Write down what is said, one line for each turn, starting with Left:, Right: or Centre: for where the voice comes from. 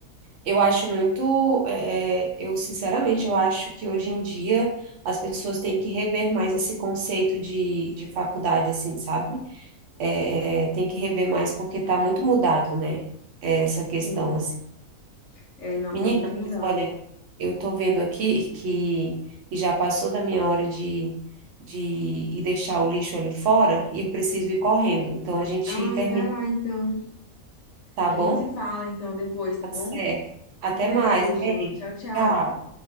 Right: eu acho muito, é, é, eu sinceramente, eu acho que hoje em dia as pessoas têm que rever mais esse conceito de, de faculdade, assim, sabe? É, é, tem que rever mais porque está muito mudado, né? É, Essa questão,
Left: Sim,
Right: assim.
Left: é, não,
Right: Menina,
Left: tá muito mudado.
Right: mas olha, eu tô vendo aqui que, que já passou da minha hora de, de ir deixar o lixo ali fora e eu preciso ir correndo. Então a gente
Left: Ai,
Right: termina,
Left: vai lá então.
Right: tá
Left: A
Right: bom?
Left: gente se fala então depois, tá
Right: Tá
Left: bom?
Right: certo. Até
Left: Um beijo,
Right: mais, beijo.
Left: tchau, tchau.
Right: Tchau.